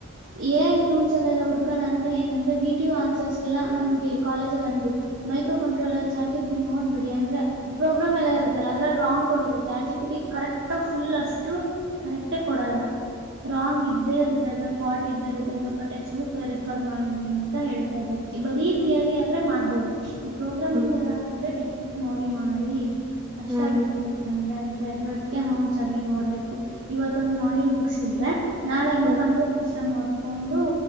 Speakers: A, on the right; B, on the right.
A: ಎ ಐ ಟೂಲ್ಸ್ ಎಲ್ಲ ಎಲ್ಲ ಹುಡ್ಕೋಣ ಅಂದ್ರೆ ಏನಂದ್ರೆ ವಿ ಟ ಆನ್ಸರ್ಸ್ಗೆಲ್ಲಾ ನಮ್ಗೆ ಕಾಲೇಜಲ್ಲಿ ಅಂದ್ರು ಮೈಕ್ರೋ ಕಂಟ್ರೋಲ್ ಚಾರ್ಜ ಇ ಬಿಡಿ ನೋಡ್ಬಿಡಿ ಅಂದ್ರೆ ಪ್ರೋಗ್ರಾಮ್ ಎಲ್ಲ ಅದ್ರ ರಾಂಗ್ ಕೊಡ ಚಾ ಚಿಪಿಟಿ ಕರೆಕ್ಟ್ ಫುಲ್ ಅಷ್ಟು ಕರೆಕ್ಟೇ ಕೊಡಲ್ಲ ರಾಂಗ್ ಇದ್ದೇ ಇರುತ್ತೆ ಅದ್ರ ಫಾಲ್ಟ್ ಇದ್ದೇ ಇರುತ್ತೆ ಸ್ವಲ್ಪ ಟೆಕ್ಸ್ಟ್ ಬುಕ್ ರೆಫರ್ ಮಾಡಿ ಅಂತ ಹೇಳ್ತಾ ಇದ್ರು ಬರೀ ತಯಾರಿ ಆದ್ರೆ ಮಾಡ್ಬೋದು ಈ ಪ್ರೋಗ್ರಾಮಿಂಗ್
B: ಹ್ಮ್
A: ಎಲ್ಲ ಅಂದ್ರೆ ಟೆಕ್ಸ್ಟ್ ಬುಕ್ ನೋಡಿ ಮಾಡಿ ಕಷ್ಟ
B: ಹ್ಮ್
A: ಆಗುತ್ತೆ ಅಂದ್ರೆ ಅಂತ ಇದ್ರು ಅದ್ಕ ಹ್ ಸರಿ ನೋಡ್ಬೇಕು ಇವತ್ದ್ ಮಾಡಿಲ್ ಮುಗಸಿದ್ರೆ ನಾ ಎಂತ
B: ಹ್ಮ್
A: ಕಂಟ್ರೋ ಇಷ್ಟ ಹೊದಕೊಂಡು